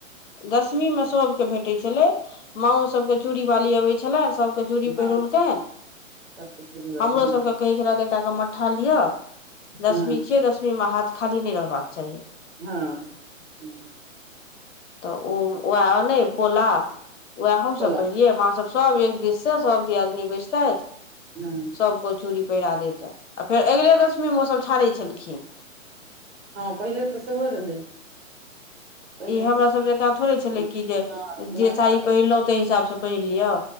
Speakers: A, on the left; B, on the right.
A: दशमीमे सभके भेटैत छलै माओ सभके चूड़ी बाली अबै छलनि सभ चूरी पहिरौलकै
B: हँ सबके चूड़ी बाली
A: हमरो
B: हँ
A: सबके कहै टा के मट्ठा लिअ दसमी
B: हँ
A: छियै दसमी में हाथ खाली नहि रहबाक चाही
B: हँ ह
A: तऽ ओ ओ आनै पोला उएह हमसभ
B: कोला
A: पहिड़ियै माँसभ सभ एक दिससँ सभ दियादनी बैसतथि
B: हँ
A: सभके चूड़ी पहिरा दैत आ फेर अगिले दशमीमे ओसभ छाड़ै छलखिन
B: हँ पहिले तऽ सेहो रहै पहिले
A: ई हमरा
B: तऽ
A: सब जकाँ थोड़े छले
B: हँ
A: कि जे जे
B: महिने
A: साड़ी पहिरलो तेहि हिसाब से पहिर लियौ